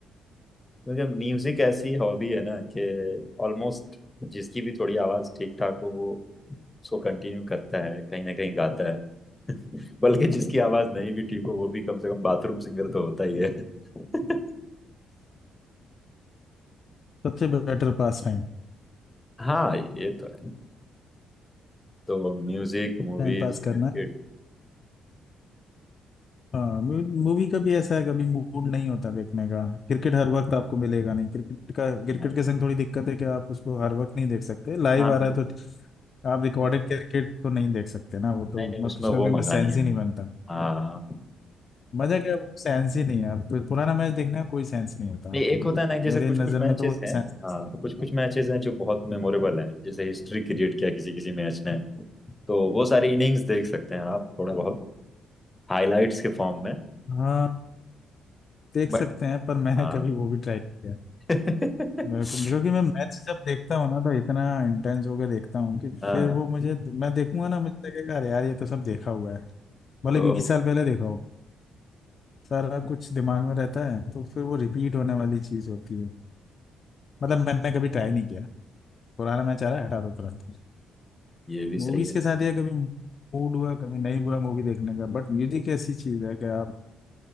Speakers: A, on the left; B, on the left.
A: क्योंकि म्यूजिक ऐसी हॉबी है ना कि ऑलमोस्ट जिसकी भी थोड़ी आवाज ठीक ठाक हो वो उसको कंटिन्यू करता है कहीं ना कहीं गाता है बल्कि जिसकी आवाज नहीं भी ठीक हो वो भी कम से कम बाथरूम सिंगर तो होता ही है <laughs>
B: सबसे better pass time
A: हाँ ये तो है तो म्यूजिक मूवीज
B: time pass
A: क्रिकेट
B: करना हाँ मूवी का भी ऐसा है कभी मूड नहीं होता देखने का क्रिकेट हर वक्त आपको मिलेगा नहीं क्रिकेट का क्रिकेट
A: हाँ
B: के संग थोड़ी दिक्कत है कि आप उसको हर वक्त नहीं देख सकते लाइव
A: हाँ,
B: आ रहा
A: ये
B: है तो आप रिकॉर्डेड क्रिकेट तो नहीं देख सकते ना वो तो
A: नहीं नहीं
B: मतलब
A: उसमें
B: उसका
A: वो
B: भी
A: मजा
B: सेंस
A: नहीं है
B: ही नहीं बनता
A: हाँ
B: मजा क्या है, वो सेंस ही नहीं है आप तो पुराना मैच देखने का कोई सेंस नहीं होता
A: नहीं एक
B: तो
A: होता है ना जैसे
B: मेरे
A: कुछ
B: नजर
A: कुछ मैचेस
B: में तो वो
A: हैं
B: सेंस
A: हाँ तो कुछ कुछ मैचेस हैं जो बहुत मेमोरेबल है जैसे हिस्ट्री क्रिएट किया किसी किसी मैच ने तो वो सारी इनिंग्स देख सकते हैं आप थोड़ा बहुत हाइलाइट्स के फॉर्म में
B: हाँ देख
A: बट
B: सकते हैं पर मैंने
A: हाँ
B: कभी वो भी ट्राई किया
A: <laughs>
B: बिल्कुल क्योंकि मैं मैच जब देखता हूँ ना तो इतना इंटेंस होके देखता हूँ कि
A: हाँ
B: फिर वो मुझे मैं देखूंगा ना मुझे लगेगा अरे यार ये तो सब देखा हुआ है भले
A: ओ
B: बीस साल पहले देखा हो सारा कुछ दिमाग में रहता है तो फिर वो रिपीट होने वाली चीज होती है मतलब मैंने कभी ट्राई नहीं किया पुराना मैच आ रहा है हटा दो तुरंत
A: ये भी
B: मूवीज
A: सही है
B: के साथ ये कभी मूड हुआ कभी नहीं हुआ मूवी देखने का बट म्यूजिक ऐसी चीज है कि आपका